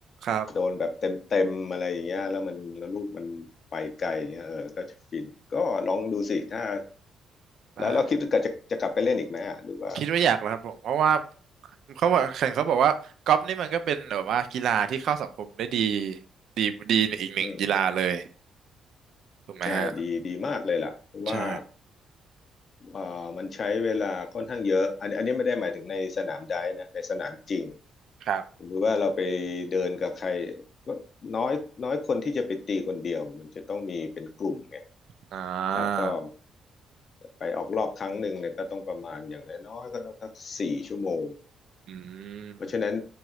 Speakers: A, on the right; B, on the left.
A: ครับ
B: โดนแบบเต็มเต็มอะไรอย่างเงี้ยแล้วมันแล้วลูกมันไปไกลอย่างเงี้ยเออแล้วก็จะฟินก็ลองดูสิถ้า
A: อ๋อได้
B: แล้วเราคิดว่าจะจะกลับไปเล่นอีกไหมอ่ะหรือว่า
A: คิดว่าอยากนะครับผมเพราะว่าเขาบอกแข่งเขาบอกว่ากอล์ฟนี่มันก็เป็นแบบว่ากีฬาที่เข้าสังคมได้ดีดีดีอีกหนึ่งกีฬาเลย
B: อืม
A: ถูกไหมฮะ
B: ใช่ดีดีมากเลยล่ะเพราะว่า
A: ใช่
B: เอ่อมันใช้เวลาค่อนข้างเยอะอันอันนี้ไม่ได้หมายถึงในสนามไดฟ์นะในสนามจริง
A: ครับ
B: สมมติว่าเราไปเดินกับใครน้อยน้อยคนที่จะไปตีคนเดียวมันจะต้องมีเป็นกลุ่มไง
A: อ่า
B: แล้วก็ไปออกรอบครั้งหนึ่งเนี่ยก็ต้องประมาณอย่างน้อยๆก็ต้องสักสี่ชั่วโมง
A: อืม
B: เพราะฉะนั้น